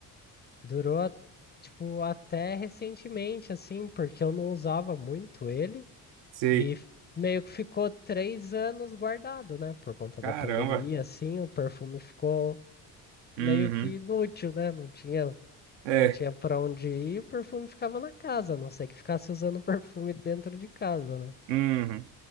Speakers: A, on the left; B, on the right.
A: durou, a- tipo, até recentemente, assim, porque eu não usava muito ele.
B: sei.
A: E f- meio que ficou três anos guardado, né? Por conta
B: Caramba.
A: da pandemia, assim, o perfume ficou meio
B: Uhum.
A: que inútil, né? Não tinha,
B: É.
A: não tinha para onde ir, e o perfume ficava na casa, a não sei que ficasse usando perfume dentro de casa, né?
B: Uhum.